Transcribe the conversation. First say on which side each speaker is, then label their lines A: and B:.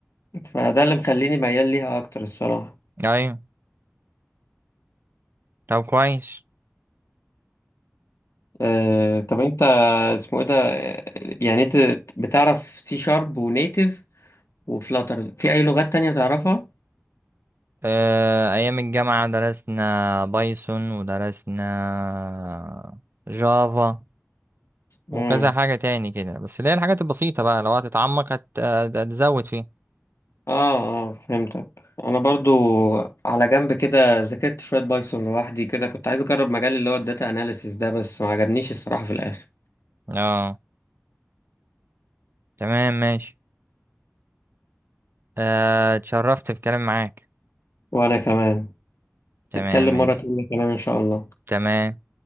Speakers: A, on the left; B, on the right.
A: فده اللي مخليني ميال ليها اكتر الصراحة
B: ايوه طب كويس
A: آه طب انت اسمه ايه ده آه، يعني انت بتعرف سي شارب ونيتف وفلاتر في اي لغات تانية تعرفها؟
B: آه، أيام الجامعة درسنا بايثون ودرسنا جافا
A: مم.
B: وكذا حاجة تاني كده بس اللي هي الحاجات البسيطة بقى لو هتتعمق هت- هت- هتزود فيها
A: اه اه فهمتك انا برضو على جنب كده ذاكرت شويه بايثون لوحدي كده كنت عايز اجرب مجال اللي هو الداتا اناليسيس ده بس ما عجبنيش الصراحه في الاخر
B: اه تمام ماشي آه، اتشرفت في الكلام معاك
A: وانا كمان
B: تمام
A: نتكلم
B: ماشي
A: مره تانية كمان ان شاء الله
B: تمام